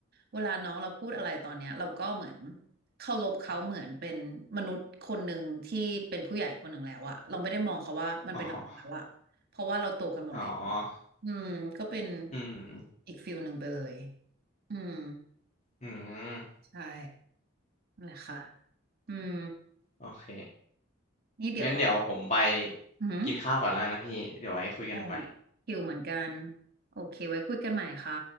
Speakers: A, on the right (about 50°); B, on the left (about 35°).
A: เวลาน้องเราพูดอะไรตอนเนี้ยเราก็เหมือนเคารพเขาเหมือนเป็นมนุษย์คนหนึ่งที่เป็นผู้ใหญ่คนหนึ่งแล้วอะเราไม่ได้มองเขาว่ามันเป็นอะไรแล้วอะเพราะว่าเราโตกันหมดแล้ว
B: อ๋ออ๋อ
A: อืมก็เป็น
B: อืม
A: อีกฟิลหนึ่งไปเลยอืม
B: อืม
A: ใช่นั่นแหละค่ะอืม
B: โอเค
A: นี่เดี๋ยวต้อง
B: งั้นเดี๋ยวผมไป
A: อือห
B: กินข้าวก่อนแล้วนะพี่เดี๋ยวไว้คุยกันใหม่
A: ใช่คิวเหมือนกันโอเคไว้คุยกันใหม่ค่ะ